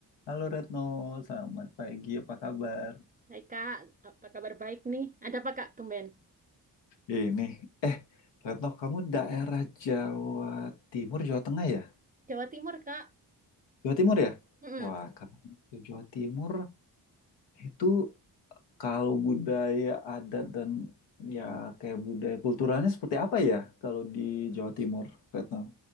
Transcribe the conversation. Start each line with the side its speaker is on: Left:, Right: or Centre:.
Left: Halo Retno, selamat pagi, apa kabar?
Right: Hai Kak, apa kabar baik nih? Ada apa Kak, tumben?
Left: Ini, eh, Retno, kamu daerah Jawa Timur, Jawa Tengah ya?
Right: Jawa Timur, Kak.
Left: Jawa Timur ya?
Right: Mm-mm.
Left: Wah, kamu itu Jawa Timur itu kalau budaya adat dan ya kayak budaya kulturalnya seperti apa ya kalau di Jawa Timur, Retno?